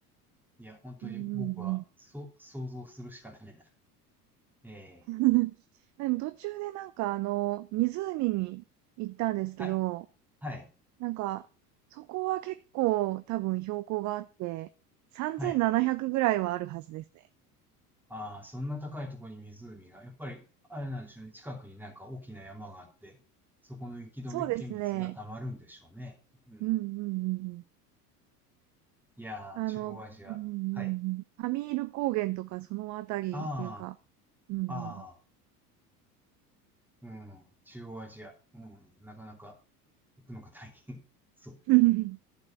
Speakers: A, in the centre; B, on the right.
A: いや、本当に僕は、
B: うん
A: そ、想像するしかないな。ええ、
B: うん。<laughs> でも途中でなんかあの、湖に行ったんですけど、
A: はい、はい、
B: なんか、そこは結構多分標高があって、3700ぐらいはあるはずですね。
A: はい。ああ、そんな高いところに湖が、やっぱり、あれなんでしょうね。近くになんか大きな山があって、そこの雪解け水が溜まるんでしょうね。
B: そうですね。
A: うん。
B: うんうんうんうん。
A: いやー、
B: あの、
A: 中央アジア。
B: うんうんうんファミール高原とかそのあたりっていうか、
A: はい。あ
B: うんうん。
A: あ、ああ、うん、中央アジア。うん、なかなか行くのが大変。<laughs> そう
B: <laughs>